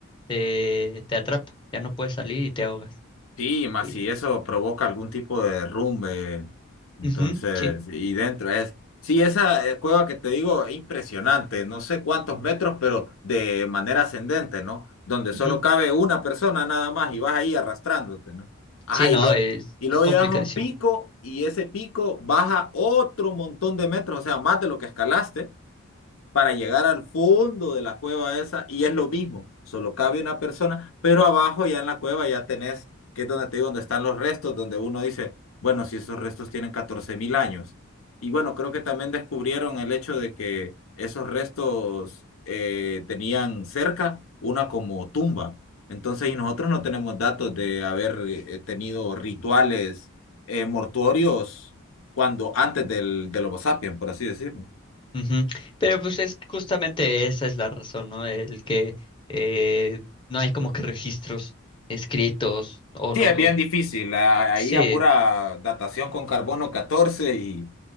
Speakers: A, on the left; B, on the left.
A: te, te atrapa, ya no puedes salir y te ahogas.
B: Sí, más
A: Y,
B: si eso provoca algún tipo de derrumbe, entonces,
A: ujú, sí,
B: y dentro es, sí, esa eh, cueva que te digo, es impresionante, no sé cuántos metros, pero de manera ascendente, ¿no? Donde
A: ujú.
B: solo cabe una persona nada más y vas ahí arrastrándote, ¿no? Ajá,
A: Sí,
B: y,
A: no,
B: lo,
A: es,
B: y luego
A: es complicadísimo.
B: llegas a un pico y ese pico baja otro montón de metros, o sea, más de lo que escalaste para llegar al fondo de la cueva esa y es lo mismo, solo cabe una persona, pero abajo ya en la cueva ya tenés, que es donde te digo, donde están los restos, donde uno dice, bueno, si esos restos tienen catorce mil años. Y bueno, creo que también descubrieron el hecho de que esos restos eh, tenían cerca una como tumba. Entonces, y nosotros no tenemos datos de haber eh, tenido rituales eh, mortuorios cuando antes del, del Homo sapiens, por así decirlo.
A: Ujú. Pero pues es que justamente esa es la razón, ¿no? El que eh, no hay como que registros escritos o
B: Sí,
A: no,
B: es
A: o-
B: bien difícil. a- Ahí
A: sí,
B: a pura datación con carbono catorce y,